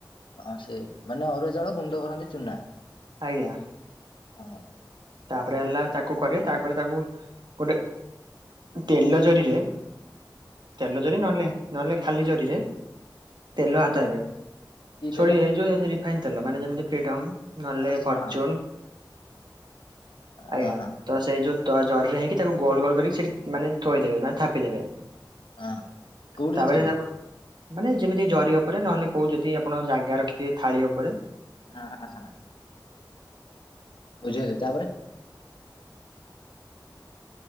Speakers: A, on the left (about 85°); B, on the right (about 65°).
A: ହଁ ସେ ମାନେ ଅରୁଆ ଚାଉଳ ଗୁଣ୍ଡ କରନ୍ତି ଚୁନା।
B: ଆଜ୍ଞା
A: ହଁ,
B: ତାପରେ ହେଲା ତାକୁ କରେ ତାପରେ ତାକୁ ଗୋଟେ ତେଲ ଜରିରେ ତେଲ ଜରି ନହେଲେ ନହେଲେ ଖାଲି ଜରିରେ ତେଲ ହାତ ହେବେ
A: କି
B: ସୋରି
A: ତେଲ?
B: ଏ ଯୋଉ ରିଫାଇନ ତେଲ ମାନେ ଯେମିତି ଫିରଡ଼ମ ନହେଲେ
A: ହଁ
B: ଫର୍ଚୁନ୍
A: ହଁ ହଁ
B: ଆଜ୍ଞା
A: ହଁ ହଁ
B: ତ ସେଇ ଯୋଉ ତ ଜରିରେ ହେଇକି ତାକୁ ଗୋଲ ଗୋଲ କରିକି ସେଠି ମାନେ ଥୋଇଦେବେ ମାନେ ଥାପିଦେବେ।
A: ହଁ କୋଉଠି
B: ତାପରେ
A: ଆଛ ଏବେ?
B: ତାକୁ ମାନେ ଯେମିତି ଜରି ଉପରେ ନହେଲେ କୋଉ ଯଦି ଆପଣ ଜାଗା ରଖିଥିବେ ଥାଳି ଉପରେ।
A: ଆ ହଁ ହ। ବୁଝିଗଲି ତାପରେ।